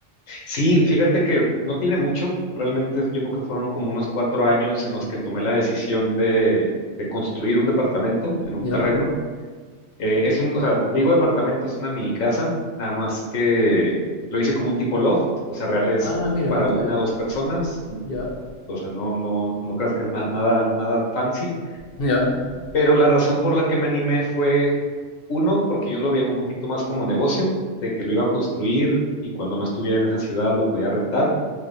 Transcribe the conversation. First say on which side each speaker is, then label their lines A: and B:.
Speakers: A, on the left (about 80°); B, on the left (about 55°).
A: Sí, fíjate que no tiene mucho, realmente yo creo que fueron como unos cuatro años en los que tomé la decisión de, de construir un departamento en un
B: ¿Ya?
A: terreno. Eh, es un, o sea, le digo departamento, es una mini casa, nada más que lo hice como un tipo loft, o sea, real es
B: Ah, mira,
A: para
B: qué chévere.
A: una o dos personas, mm,
B: ¿Ya?
A: o sea, no, no, no creas que es na- nada, nada fancy,
B: ¿Ya?
A: pero la razón por la que me animé fue, uno, porque yo lo veía un poquito más como negocio, de que lo iba a construir y cuando no estuviera en esa ciudad lo podía rentar.